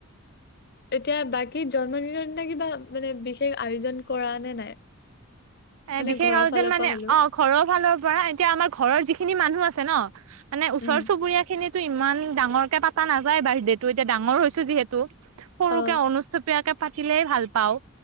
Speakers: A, on the left (about 50°); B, on the right (about 80°).
A: এতিয়া বাকী জন্মদিনৰ দিনা কিবা মানে বিশেষ আয়োজন কৰা নে নাই
B: এ
A: মানে
B: বিশেষ
A: ঘৰৰ
B: আৰু
A: ফালৰ
B: যেন মানে
A: পৰা হ'লেও
B: অ ঘৰৰ ফালৰ পৰা এতিয়া আমাৰ ঘৰৰ যি খিনি মানুহ আছে ন মানে ওচৰ
A: উম,
B: চুবুৰীয়া খিনিত টো ইমান ডাঙৰকে পাতা নাযায় বাৰ্থডেটো এতিয়া ডাঙৰ হৈছো যিহেতু সৰুকে
A: অ'
B: অনুস্থপীয়াকে পাতিলে ভাল পাওঁ।